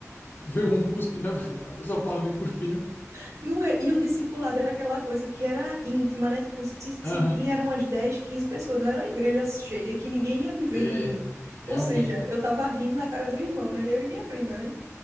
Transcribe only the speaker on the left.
veio um cuspindo, <laughs> a pessoa falando e cuspindo.
Aham.
É,
realmente.